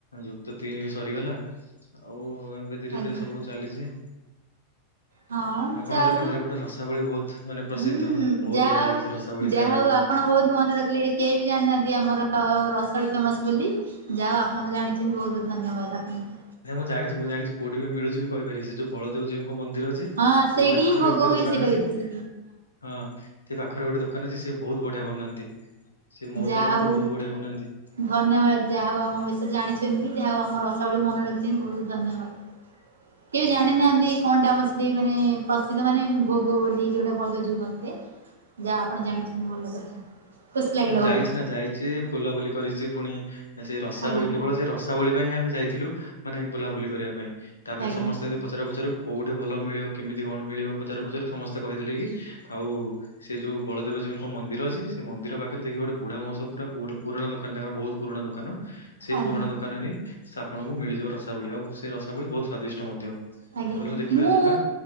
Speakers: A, on the left; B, on the right.
A: ଯୁକ୍ତ ତିନି ବି ସରିଗଲା। ଆଉ ଏବେ ଧୀରେ
B: ଆଜ୍ଞା
A: ଧୀରେ ସବୁ ଚାଲିଛି।
B: ହଁ
A: ଆପଣ
B: ଚାଲୁ
A: ତ କେନ୍ଦ୍ରାପଡ଼ା
B: ଉଁ
A: ରସାବଳି ବହୁତ ମାନେ ପ୍ରସିଦ୍ଧ
B: ହୁଁ
A: ବହୁତ
B: ଯା
A: ବଢିଆ
B: ହଉ
A: ଲାଗେ ସେ ରସାବଳି
B: ଯାହା
A: ଖାଇବା
B: ହଉ
A: ପାଇଁ
B: ଆ ପଣ ବହୁତ ମନେ ରକିଏ କେହି ବି ଜାଣିନାହାନ୍ତି ଆମର ରସଲ୍ ଫେମସ୍ ବୋଲି ଯାହା ଆପଣ ଜାଣିଚନ୍ତି ବଉତୁ ଧନ୍ୟବାଦ ଆପଣଙ୍କୁ।
A: ନାଇଁ ମୁଁ ଜଣିଚ଼ି ମୁଁ ଜାଣିଚ଼ି କଉଠି ବି ମିଳୁଚ଼ି ବି କହିପାରି ସେ ଯୋଉ ବଳଦେବଜୀଉଙ୍କ ମନ୍ଦି ନ୍ଦିର ଅଛି
B: ହଁ ସେଇଠି
A: ସେ ପାଖରେ
B: ହିଁ ଭୋଗ
A: ଗୋଟେ
B: ହୁଏ
A: ଦୋକାନ
B: ସେଇଟା
A: ଅଛି,
B: ବେଶୀ
A: ହଁ। ସେ ପାଖରେ ଗୋଟେ ଦୋକାନ ଅଛି ସେ ବହୁତୁ ବଢିଆ ବନାନ୍ତି। ସେ ମଉସା
B: ଯାହା
A: ଜଣକ
B: ହଉ
A: ବହୁତ ବଢିଆ ବନାନ୍ତି।
B: ଧନ୍ୟବାଦ ଯାହା ହଉ ଆମ ବିଷୟରେ ଜାଣିଚନ୍ତି ଯାହା ହଉ ଆମ ରସାବଳି କୁ ମନେ ରଖିଚ଼ନ୍ତି ବହୁତୁ ଧନ୍ୟବାଦ। କେଇ ଜାଣିନାହାନ୍ତି କଣଟା ଆମର ସେ ସେଦି ମାନେ ପ୍ରସିଦ୍ଧ ମାନେ ଭୋଗ ବୋଲି ଯୋଉଟା ବଳଦେବଜୀଉ ପାଖରେ ଯା ଆପଣ ଜାଣିଚ଼ନ୍ତି ଭଲ କଥା। ଖୁସି ଲାଗିଲା
A: ଯାଇଛି
B: ବହୁତ
A: ନା ଯାଇଛି ବୁଲାବୁଲି କରିଚ଼ି ଫୁଣି ସେଇ ରସାବଳି
B: ଆଜ୍ଞା
A: କେବଳ ସେ ରସା ଥାବଳି ପାଇଁ ଆମେ ଯାଇଥିଲୁ ମାନେ ବୁଲାବୁଲି କରିବା ପାଇଁ। ତାପରେ
B: ଆଜ୍ଞା
A: ସମସ୍ତେ ପଚାରୁ ପଚାରୁ କୋଉଠି ଭଲ ମିଳିବ କେମିତି କଣ ମିଳିବ ପଚାରୁ ପଚାରୁ ସମସ୍ତେ କହିଦେଲେ କି ଆଉ ସେ ଯୋଉ ବଳଦେବଜୀଉଙ୍କ ମନ୍ଦିର ଅଛି ସେ ମନ୍ଦିର ପାଖ୍ ରେ ଦେଖିବ ଗୋଟେ ବୁଢା ମଉସ ପୁରା ବୁଢ ପୁରଣା ଦୋକାନ ତାଙ୍କର ବହୁତ ପୁରୁଣା ଦୋକାନ ସେ
B: ଆଜ୍ଞା।
A: ପୁରୁଣା ଦୋକାନରେ ସ ଆପଣଙ୍କୁ ମିଳିଯିବ ରସାବଳି ଆଉ ସେ ରସାବଳି ବହୁତ୍ ସ୍ଵାଦିଷ୍ଟ ମଧ୍ୟ। ମୁଁ
B: ଆଜ୍ଞା
A: କହିଲି ହଉ ଦେଖିବା
B: ମୁଁ
A: ଯିବା